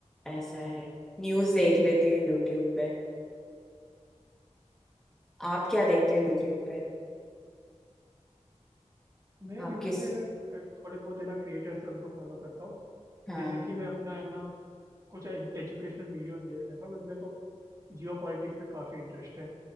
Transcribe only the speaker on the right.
मैं
यूट्यूब
पे ना अ, थोड़े बहुत है ना क्रिएटर्स हैं उनको फॉलो करता हूँ
जैसे कि मैं अपना है ना कुछ एजुकेशनल वीडियोस देख लेता हूँ क्योंकि मेरे को जियो पॉलिटिक्स में काफ़ी इंटरेस्ट है